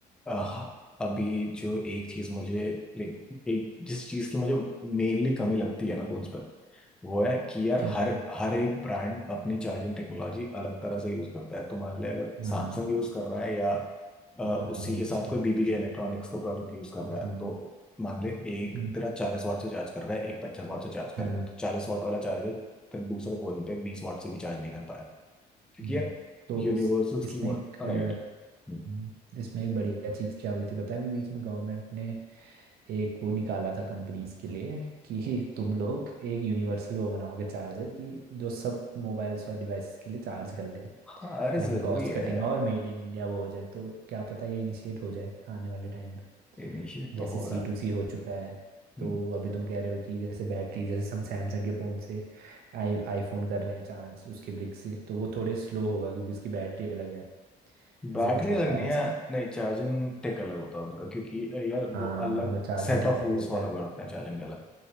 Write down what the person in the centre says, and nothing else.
आह, अभी जो एक चीज मुझे लाइक एक जिस चीज की मुझे मेनली कमी लगती है ना फोन्स पर वो है कि यार
हर हर एक ब्रांड अपनी चार्जिंग टेक्नोलॉजी अलग तरह से यूज करता है तो मान ले अगर
सैमसंग यूज कर रहा है या अ,
उसी
के साथ
कोई बीबी के
इलेक्ट्रॉनिक्स का प्रोडक्ट यूज कर
रहा है तो मान ले एक
तेरा चालीस वाट से चार्ज कर रहा है एक पचास वाट से चार्ज कर
रहा है तो चालीस वाट वाला चार्जर फिर दूसरे फोन पे बीस वाट से भी चार्ज नहीं कर पाएगा क्योंकि
यार
यूनिवर्सल
स्कीम
राइट है
हम्म।
हाँ अरे
जरूरी
है
यार
इनिशिएट
तो हो
रहा है
हम्म।
बैटरी
अलग
नहीं
है
नहीं चार्जिंग टेक अलग होता है उनका क्योंकि यार
वो अलग
सेट
ऑफ
रूल्स
फॉलो
करते हैं चार्जिंग के अलग